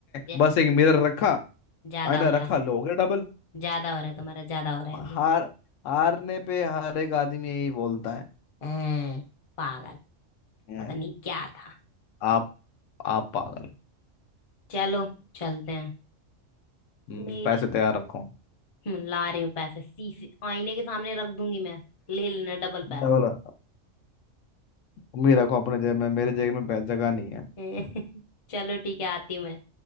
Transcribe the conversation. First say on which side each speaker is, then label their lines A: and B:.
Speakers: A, on the left; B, on the left.
A: जा,
B: बस एक मिरर रखा
A: ज्यादा
B: आईना
A: हो रहा
B: रखा
A: है
B: लो हो गया डबल
A: ज्यादा हो रहा है तुम्हारा ज्यादा हो रहा है अभी
B: हार हारने पे हर एक आदमी यही बोलता है
A: हैं, पागल
B: "हैं,
A: पता नहीं क्या था
B: आप आप पागल
A: चलो चलते हैं
B: हम्म,
A: मेरी
B: पैसे तैयार रखो
A: हम्म, ला रही हूँ पैसे शीशे आईने के सामने रख दूंगी मैं ले लेना डबल पैसे
B: डबल मेरे रखो अपने जेब में मेरे जेब में पै- जगह नहीं है
A: <laughs> चलो ठीक है आती हूँ मैं